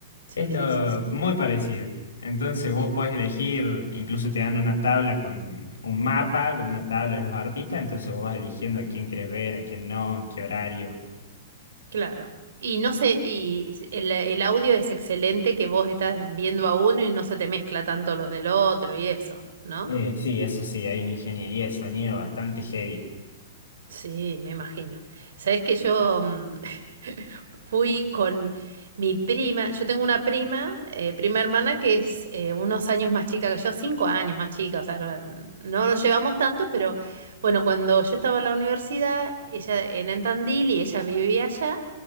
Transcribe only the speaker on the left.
Es lo
muy parecido. Entonces vos podés elegir, incluso te dan una tabla con un mapa, con una tabla de los artistas, entonces vos vas eligiendo a quién querés ver, a quién no, en qué horario.
Eh, sí, eso sí, hay una ingeniería de sonido bastante heavy.